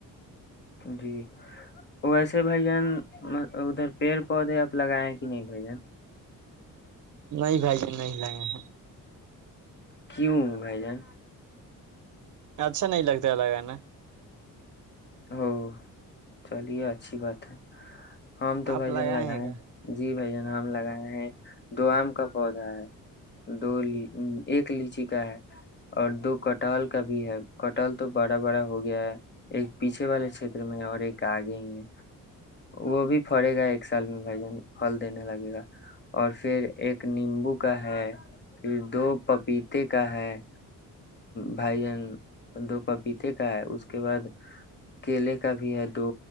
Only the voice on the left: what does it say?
جی ویسے بھائی جان ادھر پیڑ پودے آپ لگائے کہ نہیں بھائی جان
کیوں بائی جان
ہاں چلیے اچھی بات ہے ہم تو
بھ
جن لگائےیں
جی بھ جان ہم لگائے ہیں دو آم کا پودا ہے دو ایک لیچی کا ہے اور دو کٹال کا بھی ہے کٹال تو بڑا بڑا ہو گیا ہے ایک پیچھے والے چھیتر میں اور ایک آگے ہیں وہ بھی پڑے گا ایک سال میں بھائی جن فھل دینے لگے گا اور پھر ایک نیمبو کا ہے پھر دو پپیتے کا ہے بھائیجن دو پپیتے کا ہے اس کے بعد کیلے کا بھی ہے دو